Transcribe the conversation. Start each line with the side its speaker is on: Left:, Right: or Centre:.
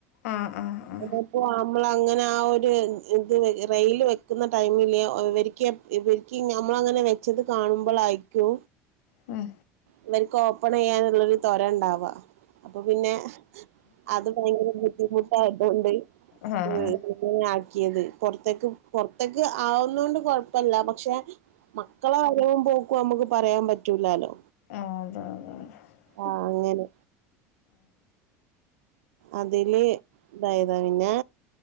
Left: ആ ആ ആ
Right: അതിപ്പോ അമ്മള് അങ്ങന ആ ഒരു ഇതില് റെയില് വെക്കുന്ന ടൈമില് ഇവരിക്ക് എപ്പ് ഇവരിക്ക് നമ്മളങ്ങനെ വെ ച്ചത് കാണുമ്പളായിക്കോ
Left: മ്ഹ്
Right: ഇവർക്ക് ഓപ്പൺ ചെയ്യാനുള്ളൊരു ത്വര ഉണ്ടാവാ അപ്പൊ പിന്നെ അത് ഭയങ്കര ബുദ്ധിമുട്ടായതു കൊണ്ട് ഇഹ്
Left: ആ
Right: <unintelligible> ആക്കിയത് പൊറത്തേക്ക് പൊറത്തേക്ക് ആവുന്ന കൊണ്ട് കൊഴപ്പല്ല പക്ഷെ മക്കള വരവും പോക്കും അമ്മക്ക് പറയാൻ പറ്റൂലാല്ലോ
Left: ആഹ് <unintelligible>
Right: ആഹ് അങ്ങനെ അതില് ഇതായതാ പിന്നെ